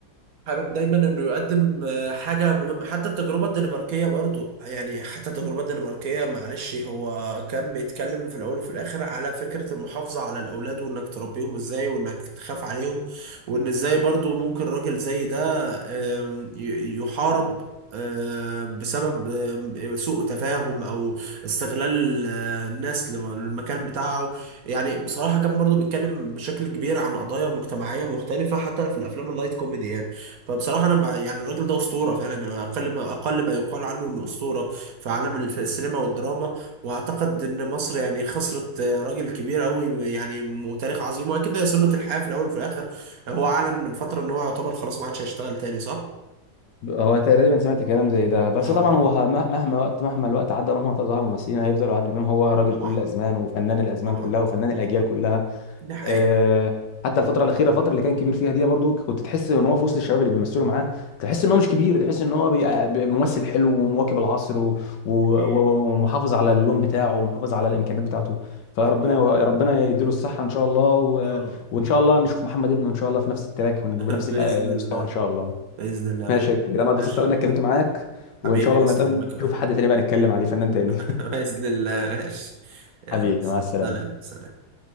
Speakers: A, on the right; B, on the left.
A: حابب دايما انه يقدم آه، حاجه مهمه حتى التجربه الدنماركيه برضو يعني حتى التجربه الدنماركيه معلش هو كان بيتكلم في الاول وفي الاخر على فكره المحافظه على الاولاد وانك تربيهم ازاي وانك تخاف عليهم وان ازاي برضو ممكن راجل زي ده آم، ي- يحارب آه، بسبب آم، سوء تفاهم او استغلال آه، الناس لم- للمكان بتاعه يعني بصراحة كان برضو بيتكلم بشكل كبير عن قضايا مجتمعية مختلفة حتى في الأفلام اللايت كوميدي يعني فبصراحة أنا بع- يعني الراجل ده أسطورة فعلا أنا أقل ما أقل ما يقال عنه إنه أسطورة في عالم الف- السينما والدراما وأعتقد إن مصر يعني خسرت آه، راجل كبير أوي يعني وتاريخ عظيم وأكيد ده سنة الحياة في الأول وفي الآخر هو أعلن من فترة إن هو يعتبر خلاص ما عادش هيشتغل تاني صح؟
B: هو انا تقريبا سمعت كلام زي ده بس
A: اه
B: طبعا هو ه- مه- مهما وقت مهما الوقت عدى مهما ظهر ممثلين هيفضلوا عادل امام هو راجل
A: طبعا
B: كل الازمان وفنان الازمان
A: طبعا
B: كلها وفنان الاجيال كلها
A: دي حقيقة
B: آه، حتى الفتره الاخيره الفتره اللي كان كبير فيها دي برضو كنت تحس ان هو في وسط الشباب اللي بيمثلوا معاه تحس ان هو مش كبير تحس ان هو بي- بي- ممثل حلو ومواكب العصر و- و-
A: أكيد
B: و- ومحافظ على اللون بتاعه ومحافظ على الامكانيات بتاعته فربنا
A: أكيد
B: يا ربنا يديله الصحه ان شاء الله و-
A: يا رب
B: وان شاء الله نشوف محمد ابنه ان شاء الله في نفس التراك ون-
A: <laughs>
B: وبنفس
A: بإذن
B: ال- المستوى
A: الله
B: ان شاء الله
A: بإذن الله يا
B: ماشي
A: أخوي
B: يا كبير انا اتبسطت
A: ماشي
B: قوي اني اتكلمت معاك وان
A: حبيبي
B: شاء الله
A: يا أسطى
B: لما نتقابل
A: وأنا كمان
B: نشوف حد تاني بقى نتكلم عليه فنان تاني
A: <laughs> بإذن الله ماشي
B: <laughs>
A: يلا
B: حبيبي مع السلامة
A: سلام سلام